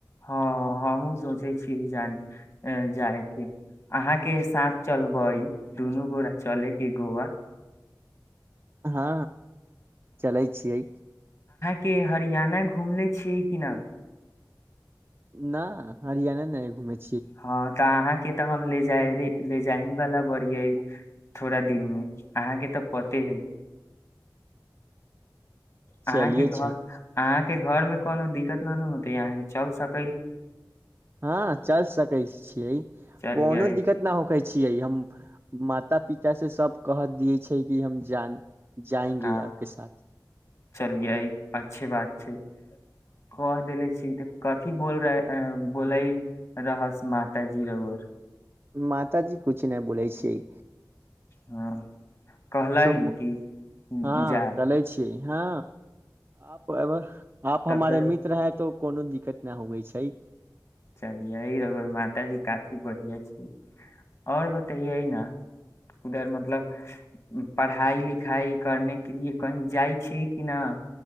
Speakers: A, on the left; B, on the right.
A: हँ हँ हम सोचै छी जानी जाय के अहा के साथ चलबै दुनू गो र चल कि गोवा
B: हँ चलै छियै
A: के हरियााना घुमले छियै क न
B: न हरियाणा नहि घुमे छै
A: हँ तऽ अहाँ के तऽ हम ले जा ले जा हीं वाला बड़ थोड़ा दिन मे अहाँ के तऽ पते है आ
B: चलिये
A: घ
B: छै
A: आ के घर मे कोनो दिक्कत न होे यहा के चल सक
B: हँ चल सकै छियै
A: चलियै
B: कोनो दिक्कत नहि होकै छियै हम माता पिता से सब कह दियै छै कि हम जान जाएंगे
A: अ
B: आपके साथ
A: चलि आइ अच्छी बात छै क देले छी तऽ कथी बोल बोलै रहस माताजी रर
B: माताजी किछु नहि बै छिय
A: हँ कहलनि
B: सु
A: कि
B: हँ
A: जा
B: के छी <unintelligible> हँ आप अ आप
A: तब
B: हमारे
A: तर
B: मित्र हैं तो कोनो दिक्कत इना होइ छै
A: चलियै माताजी काफी बढ़िआ छै आओर बतैै ने उधर मतलब पढ़ाई लिखाइ करने के लिए कही जाइ छियै कि न